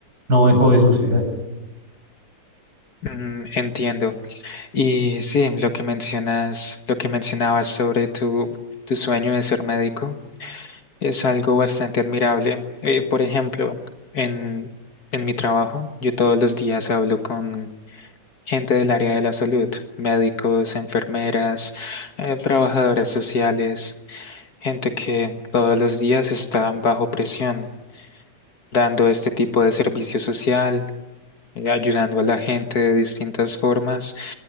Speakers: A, on the right; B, on the left.
A: no dejó de suceder.
B: mm, entiendo. Y sí, lo que mencionas, lo que mencionabas sobre tu, tu sueño de ser médico es algo bastante admirable. Eh, por ejemplo, en, en mi trabajo, yo todos los días hablo con gente del área de la salud, médicos, enfermeras, eh, trabajadoras sociales, gente que todos los días está bajo presión, dando este tipo de servicio social, eh, ayudando a la gente de distintas formas.